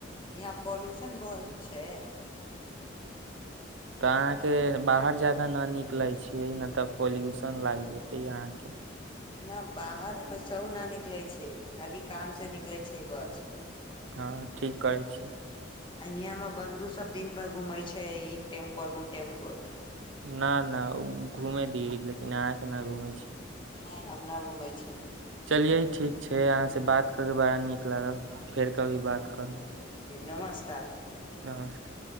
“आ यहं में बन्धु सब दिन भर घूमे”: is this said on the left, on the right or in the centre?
Left